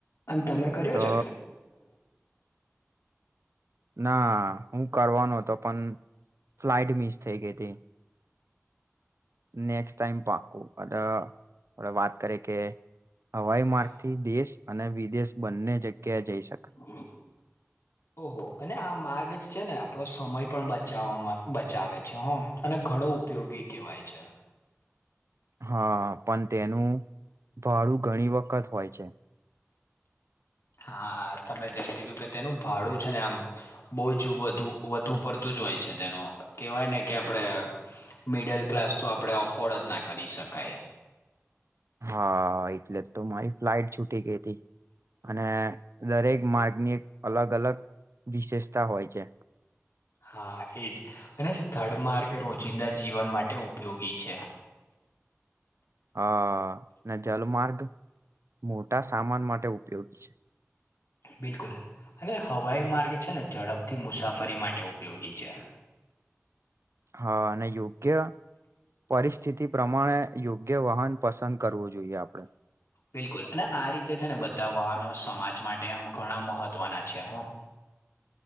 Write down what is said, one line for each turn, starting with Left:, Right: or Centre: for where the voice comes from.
Left: અને તમે કર્યો
Right: તો
Left: છે.
Right: ના હું કરવાનો હતો પણ ફ્લાઈટ મિસ થઈ ગઈ હતી નેક્સ્ટ ટાઈમ પાકું અઢ વાત કરી કે હવાઈ માર્ગ
Left: હા.
Right: થી દેશ અને વિદેશ બંને જગ્યાએ જઈ શકે
Left: હ ઓહો અને આ માર્ગ છે ને આપણો સમય પણ બચાવવામાં બચાવે છે હ અને ઘણો ઉપયોગી કહેવાય છે.
Right: હા પણ તેનું ભાડું ઘણી વખત હોય છે.
Left: હા તમે જેમ કીધું કે તેનું ભાડું છે ને આમ બહુ જ વધુ વધુ પડતું તું જ હોય છે તેનો કેહેવાય ને કે આપણે મિડલ ક્લાસ તો આપણે અફોર્ડ જ ના કરી શકાય
Right: હા એટલે જ તો મારી ફ્લાઇટ છૂટી ગઈ હતી અને દરેક માર્ગની એક અલગ અલગ વિશેષતા હોય છે.
Left: હા એજ અને સ્થળ માર્ગ રોજિંદા જીવન માટે ઉપયોગી છે.
Right: હ જલમાર્ગ મોટા સામાન માટે ઉપયોગી છે.
Left: બિલકુલ અને હવાઈ માર્ગ છે ને ઝડપથી મુસાફરી માટે ઉપયોગી છે.
Right: હા અને યોગ્ય પરિસ્થિતિ પ્રમાણે યોગ્ય વાહન પસંદ કરવું જોઈએ આપડણે
Left: બિલકુલ અને આ રીતે છે ને બધા વાહનો સમાજ માટે આમ ઘણા મહત્ત્વના છે હું